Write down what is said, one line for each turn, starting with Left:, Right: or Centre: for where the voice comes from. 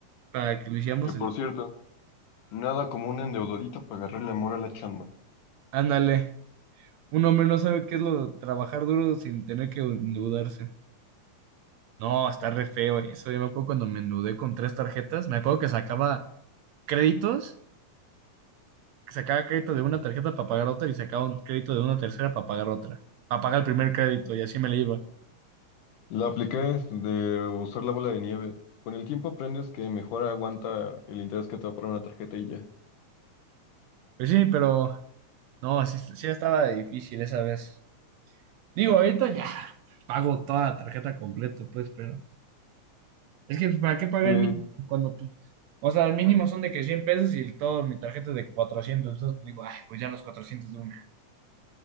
Right: para que lo hiciéramos
Left: Que por
Right: el...
Left: cierto, nada como una endeudadita para agarrarle amor a la chamba.
Right: Ándale. Un hombre no sabe qué es lo de trabajar duro sin tener que endeudarse. No, está re feo eso. Yo me acuerdo cuando me endeudé con tres tarjetas. Me acuerdo que sacaba créditos, que sacaba crédito de una tarjeta para pagar otra y sacaba un crédito de una tercera para pagar otra, para pagar el primer crédito y así me le iba.
Left: La apliqué de usar la bola de nieve. Con el tiempo aprendes que mejor aguanta el interés que te va a poner una tarjeta y ya.
Right: Pues sí, pero no, sí, sí estaba difícil esa vez. Digo, ahorita ya pago toda la tarjeta completa, pues, pero Es que, pues, ¿para qué pagar
Left: Sí,
Right: el mínimo? Cuando, pues, o sea, el mínimo son de que 100 pesos y el todo, mi tarjeta es de cuatrocientos Entonces, pues, digo, ay, pues ya los 400 de una.